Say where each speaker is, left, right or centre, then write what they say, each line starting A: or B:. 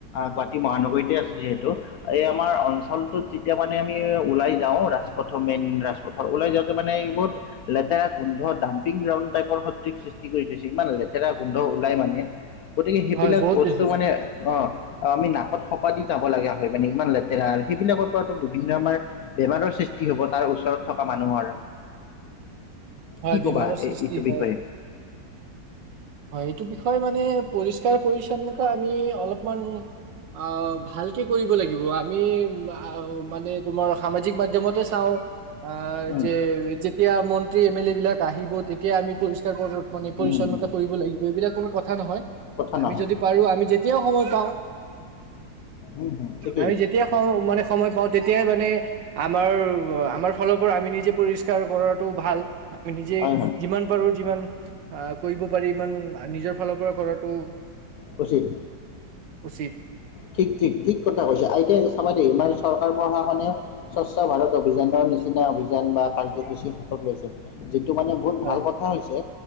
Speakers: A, on the left; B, on the right.
A: গুৱাহাটী মহানগৰীতে আছো যিহেতু এই আমাৰ অল লো যেতিয়া মানে আমি ওলাই যাওঁ ৰাজপথৰ মেইন ৰাজপথৰ ওলাই যাওঁ মানে বহুত লেতেৰা গোন্ধ ডাম্পিং গ্ৰাউণ্ড টাইপৰ সদৃশ সৃষ্টি কৰি থৈছে ইমান লেতেৰা গোন্ধ। ওলাই মানে গতিকে সেইবিলাক
B: হয় বহুত
A: বস্তু
B: বেছি
A: মানে অ। অ আমি নাকত সপা দি যাব লগা হয় মানে ইমান লেতেৰা সেইবিলাকৰ পৰাতো বিভিন্ন আমাৰ বেমাৰৰ সৃষ্টি কি হ'ব তাৰ ওচৰত থকা মানুহৰ।
B: হয়
A: কি ক'বা
B: বেমাৰৰ সৃষ্টি
A: এই এইটো
B: হয়
A: বিষয়ে
B: হয় এইটো বি বিষয় মানে পৰিষ্কাৰ পৰি্ছন্নতা আমি অলপমান অ ভালকে কৰিব লাগিব আ। মি মানে তোমাৰ সামাজিক মাধ্্যমতে চাওঁ অ
A: উম
B: যে যেতিয়া মন্ত্ৰী এম এল এ বিলাক আহিব তেতিয়া আমি পৰিষ্কাৰ কৰো মানে পৰিচ্ছন্নতা
A: উম উম
B: কৰিব লাগিব এইবিলাক কোনো কথা নহয়,
A: কথা
B: আমি
A: নহয়
B: যদি পাৰো আমি যেতিয়াও সময়ত
A: উম হম ঠিকেই
B: আমি যেতিয়াই সম মানে সময় পাওঁ তেতিয়াই মানে আমাৰ আমাৰ ফালৰ পৰা আমি নিজে পৰিষ্কাৰ কৰাটো ভাল। নিজে
A: হয় হয়
B: যিমান পাৰো যিমান। আহ কৰিব পাৰি ইমান নিজৰ ফালৰ পৰা কৰাটো।
A: কচি
B: উচিত।
A: ঠিক ঠিক ঠিক কথা কৈছে আইতিয়া চাব দে ই চৰকাৰ প্ৰশাসনে স্বচ্ ভাৰত। অভিযানৰ নিচিনা অভিযান বা কাৰ্যসূচী হাতত লৈছে যিটো মানে বহুত
B: হয়,
A: ভাল কথা হৈছে।